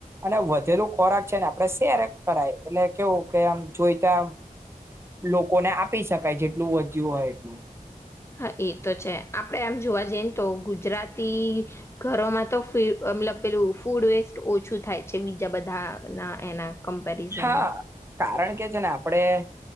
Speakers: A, on the right; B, on the left.
A: અને વધેલું ખોરાક છે ને આપણેે શેર કરાય એટલે કેવું કે આમ જોઈ ત્યાં લો કોને આપી શકાય જેટલું વધ્યું હોય એટલું
B: હા એ તો છે આપણેે એમ જોવા જઈએ ને તો ગુજરાતી ઘરોમાં તો ફી અ મતલબ પેલું ફૂડ વેસ્ટ ઓછું થાય છે બીજા બધા ના એના કમ્પેરીઝનમાં
A: હા કારણ કે છે ને આપણેે